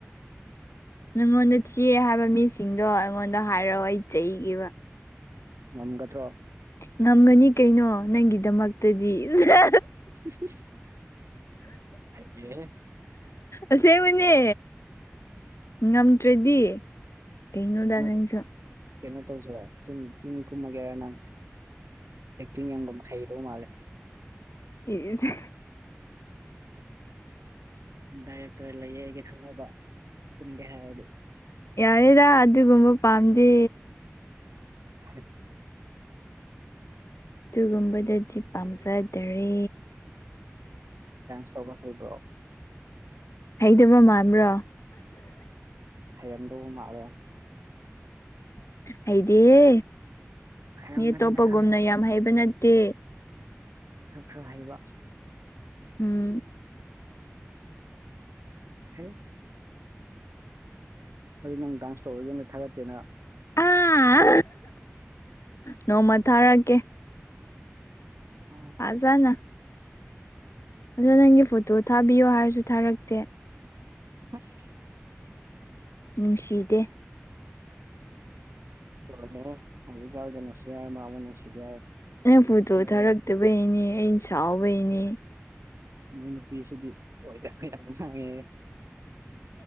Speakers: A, on the left; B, on the right.
A: ꯅꯉꯣꯟꯗ ꯊꯤꯌꯦ ꯍꯥꯏꯕ ꯃꯤꯁꯤꯡꯗꯣ ꯑꯩꯉꯣꯟꯗ ꯍꯥꯏꯔꯛꯑꯣ ꯑꯩ ꯆꯩꯒꯦꯕ
B: ꯉꯝꯒꯗ꯭ꯔꯣ
A: ꯉꯝꯒꯅꯤ ꯀꯩꯅꯣ ꯅꯪꯒꯤꯗꯃꯛꯇꯗꯤ ꯁꯦꯁ
B: ꯨ <unintelligible> ꯍꯩꯌꯦ
A: ꯑꯁꯦꯡꯕꯅꯦ ꯉꯝꯗ꯭ꯔꯗꯤ ꯀꯩꯅꯣꯗꯥ
B: ꯅꯪ
A: ꯅꯪꯁꯨ
B: ꯀꯩꯅꯣ ꯇꯧꯁꯤꯔꯣ ꯐꯤꯜꯃ ꯐꯤꯜꯃ ꯀꯨꯝꯃꯒꯦꯔ ꯅꯪ ꯑꯦꯛꯇꯤꯡ ꯌꯥꯝꯒ ꯍꯩꯗꯧ ꯃꯥꯜꯂꯦ
A: ꯑꯦꯁ
B: ꯗꯥꯏꯔꯦꯛꯇꯔ ꯂꯩꯌꯦ ꯑꯩꯒ ꯈꯪꯅꯕ ꯀꯨꯝꯒꯦ ꯍꯥꯏꯔꯗꯤ
A: ꯌꯥꯔꯦꯗ ꯑꯗꯨꯒꯨꯝꯕ ꯄꯥꯝꯗꯦ
B: ꯍ
A: ꯑꯗꯨꯒꯨꯝꯕꯗꯗꯤ ꯄꯥꯝꯖꯗꯔꯦ
B: ꯆꯧꯕ ꯍꯥꯏꯕ
A: ꯍꯩꯇꯕ ꯃꯥꯟꯕꯔꯣ
B: ꯍꯩꯔꯝꯗꯧꯕ ꯃꯥꯜꯂꯦ
A: ꯍꯩꯗꯦꯌꯦ
B: ꯍꯩꯔꯝꯒꯅꯤꯅ
A: ꯃꯤ ꯑꯇꯣꯞꯄꯒꯨꯝꯅ
B: ꯈꯪꯉꯤ
A: ꯌꯥꯝ ꯃꯍꯩꯕ ꯅꯠꯇꯦ
B: ꯈꯈ꯭ꯔ ꯍꯩꯕ
A: ꯎꯝ
B: ꯍꯩ ꯑꯩ ꯅꯪ ꯗꯥꯟꯁ ꯇꯧꯔꯒ ꯌꯨꯝꯗ ꯊꯥꯒꯠꯇꯦꯅ
A: ꯑꯥ ꯅꯣꯡꯃ ꯊꯥꯔꯛꯀꯦ
B: ꯎꯝ ꯊꯝ
A: ꯐꯖꯅ ꯑꯗꯣ ꯅꯪꯒꯤ ꯐꯣꯇꯣ ꯊꯥꯕꯤꯌꯣ ꯍꯥꯏꯔꯁꯨ ꯊꯥꯔꯛꯇꯦ
B: ꯑꯁ
A: ꯅꯨꯡꯁꯤꯗꯦ
B: ꯂꫭꯏꯔꯦꯍꯦ ꯍꯧꯖꯤꯛꯋꯥꯏꯗ ꯅꯨꯡꯁꯤ ꯍꯥꯏꯔꯝꯃꯒ ꯑꯃꯨꯛ ꯅꯨꯡꯁꯤꯗꯦ ꯍꯥꯏ
A: ꯅꯪ ꯐꯣꯇꯣ
B: ꯅꯣꯏ
A: ꯊꯥꯔꯛꯇꯕꯩꯅꯦ ꯑꯩꯩꯅ ꯁꯥꯎꯕꯩꯅꯦ
B: ꯅꯣꯏ ꯅꯨꯄꯤꯁꯤꯗꯤ ꯑꯣꯏꯗꯕ ꯌꯥꯝ ꯉꯥꯡꯉꯦ